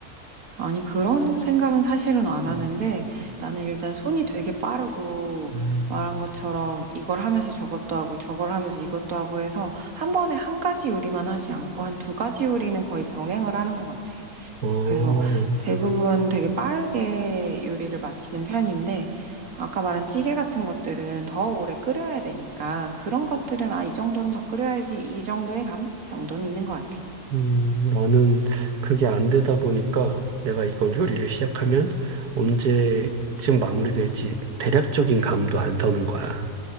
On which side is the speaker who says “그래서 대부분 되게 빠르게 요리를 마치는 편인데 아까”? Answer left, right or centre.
Right